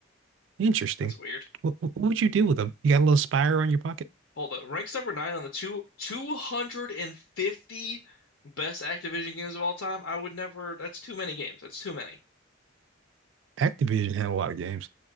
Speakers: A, on the right; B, on the left.
A: Interesting.
B: that's weird.
A: What, what would you do with them? You got a little Spyro in your pocket?
B: Hold up, ranks number nine on the two 250 best Activision games of all time. I would never. That's too many games. That's too many.
A: Activision had a lot of games.